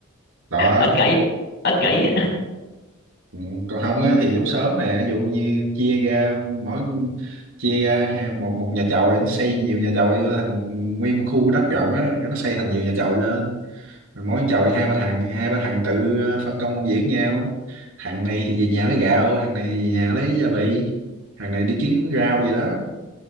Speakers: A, on the right; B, on the left.
A: đó
B: ích kỷ ích kỷ á
A: Ừ, còn không á
B: <laughs>
A: thì trong xóm nè ví dụ như chia ra mỗi chia ra ha- một một nhà chòi nó xây nhiều nhà chòi vô thành một nguyên một khu đất rộng á cái nó xây thành nhiều nhà chòi lên rồi mỗi nhà chòi hai ba thằng hai ba thằng tự ờ, phân công công việc nhau thằng này thì về nhà lấy gạo thằng này thì về nhà lấy gia vị thằng này đi kiếm rau gì đó